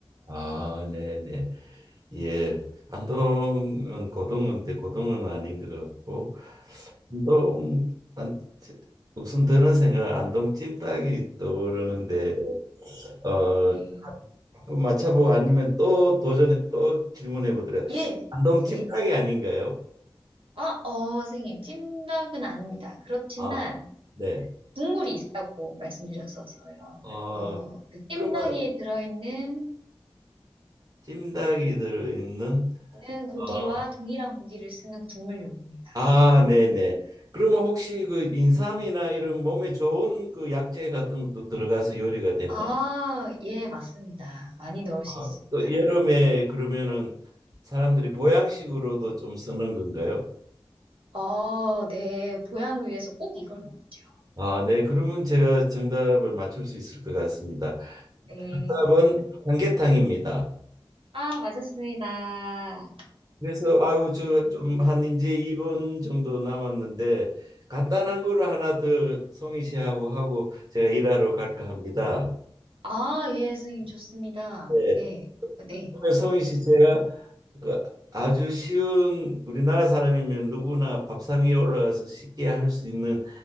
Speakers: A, on the right; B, on the right.
A: 아 네네. 예. 안동은 고등어인데 고등어는 아닌 것 같고 안동 안 무슨 드는 생각 안동 찜닭이 떠오르는데 어
B: 네.
A: 한번 맞춰보고 아니면 또 도전해 또 질문해 보더라.
B: 예,
A: 안동 찜닭이
B: 예.
A: 아닌가요?
B: 아, 어, 선생님, 찜닭은 아닙니다. 그렇지만
A: 아, 네.
B: 국물이 있다고 말씀드렸었어요.
A: 어,
B: 그래서 그 찜닭에
A: 그러면
B: 들어있는
A: 찜닭이 들어있는
B: 는 고기와
A: 어,
B: 동일한 고기를 쓰는 국물 요리입니다.
A: 아, 네네. 그러면 혹시 그 인삼이나 이런 몸에 좋은 그 약재 같은 것도 들어가서 요리가 되나요?
B: 아, 예, 맞습니다. 많이 넣을
A: 아,
B: 수 있습니다.
A: 또 여름에 그러면은 사람들이 보양식으로도 좀 쓰는 건가요?
B: 어, 네, 보양을 위해서 꼭 이걸 먹죠.
A: 아, 네. 그러면 제가 정답을 맞출 수 있을 것 같습니다.
B: 네.
A: 정답은 삼계탕입니다.
B: 아, 맞았습니다.
A: 그래서 아유 저 좀 한 이제 2분 정도 남았는데 간단한 거를 하나 더 송희 씨하고 하고 제가 일하러 갈까 합니다.
B: 아, 예, 선생님, 좋습니다.
A: 네.
B: 네, 네.
A: 그러면 송희 씨 제가 그 아주 쉬운 우리나라 사람이면 누구나 밥상 위에 올라가서 쉽게 할 수 있는